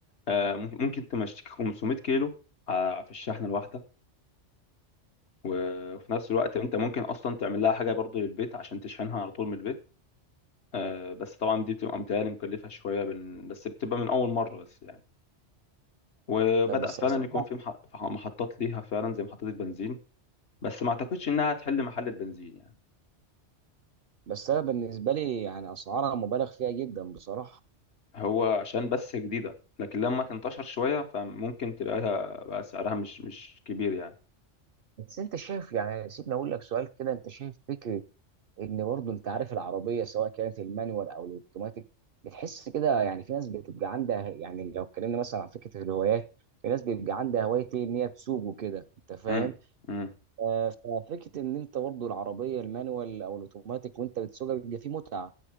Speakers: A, on the left (about 65°); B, on the right (about 55°).
A: آه، ممكن ممكن تمشيك 500 كيلو ع- في الشحنة الواحدة و- وفي نفس الوقت انت ممكن اصلا تعمل لها حاجة برضو للبيت عشان تشحنها على طول من البيت آه، بس طبعا دي بتبقى متهيألي مكلفة شوية بن... بس بتبقى من أول مرة بس يعني وبدأ
B: طب بس
A: فعلا
B: أسعار
A: يكون في مح... في محطات ليها فعلا زي محطات البنزين بس ما اعتقدش انها هتحل محل البنزين يعني
B: بس أنا بالنسبة لي يعني أسعارها مبالغ فيها جدا بصراحة
A: هو عشان بس جديدة لكن لما تنتشر شوية فممكن تلاقيها بقى سعرها مش مش كبير يعني
B: بس أنت شايف يعني سيبني أقول لك سؤال كده أنت شايف فكرة إن برضه أنت عارف العربية سواء كانت المانيوال أو الأوتوماتيك بتحس كده يعني في ناس بتبقى عندها يعني لو اتكلمنا مثلا عن فكرة الهوايات في ناس بيبقى عندها هواية إيه إن هي تسوق وكده أنت فاهم
A: امم امم
B: آه، ففكرة إن أنت برضه العربية المانيوال أو الأوتوماتيك وأنت بتسوقها بيبقى فيه متعة